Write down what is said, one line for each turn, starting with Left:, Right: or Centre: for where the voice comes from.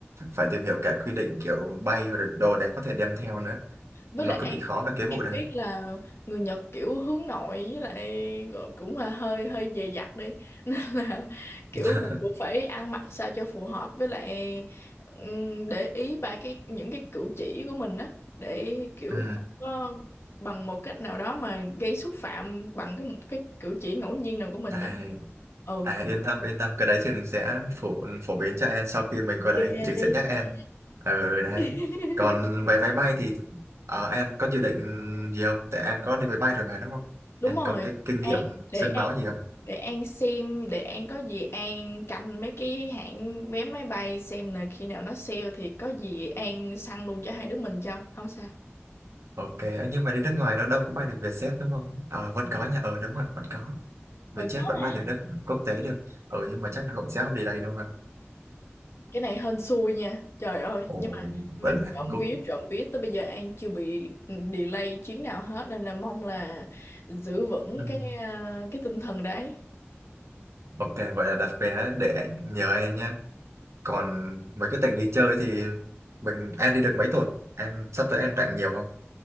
Right: phải tìm hiểu cả quy định kiểu bay và đồ để có thể đem theo nữa
Left: với
Right: nó
Left: lại
Right: cực
Left: em
Right: kỳ khó về cái
Left: em
Right: vụ đấy
Left: biết là người Nhật kiểu hướng nội với lại cũng là hơi hơi dè dặt đi <laughs> nên là kiểu
Right: <laughs>
Left: mình cũng phải ăn mặc sao cho phù hợp với lại ừm, để ý ba cái những cái cử chỉ của mình á để kiểu
Right: ừ.
Left: không có bằng một cách nào đó mà gây xúc phạm bằng cái một cái cử chỉ ngẫu nhiên nào của mình
Right: à,
Left: vậy ừ
Right: à, yên tâm yên tâm cái đấy trường sẽ phổ phổ biến cho em sau khi mình qua đấy
Left: Ok.
Right: trường sẽ nhắc em ừ đấy
Left: <laughs>
Right: còn vé vé bay thì ờ, em có dự định gì không tại em có đi máy bay rồi mà đúng không
Left: đúng
Right: em
Left: rồi
Right: có cái kinh
Left: An
Right: nghiệm
Left: để
Right: sương
Left: An
Right: máu gì không
Left: để An xem để An có gì An canh mấy cái hãng vé máy bay xem là khi nào nó sale thì có gì An săn luôn cho hai đứa mình cho không sao
Right: Ok, ấy, nhưng mà đi nước ngoài nó đâu có bay được Vietjet đúng không? Ờ, vẫn có nha, ờ đúng rồi, vẫn có. Vietjet
Left: mình có
Right: vẫn
Left: mà
Right: bay được nước quốc tế được. Ừ, nhưng mà chắc là cũng sẽ không đi đây đâu rồi.
Left: cái này hên xui nha trời ơi
Right: Ồ,
Left: nhưng mà nhưng
Right: vậy
Left: mà
Right: là Hàn
Left: trộm
Right: quốc.
Left: vía trộm vía tới bây giờ An chưa bị ừ, delay chuyến nào hết nên là mong là giữ vững
Right: Ừ.
Left: cái ờ, cái tinh thần đấy
Right: Ok, vậy là đặt vé để nhờ em nhé. Còn mấy cái tỉnh đi chơi thì mình em đi được mấy tuần? Em sắp tới em rảnh nhiều không?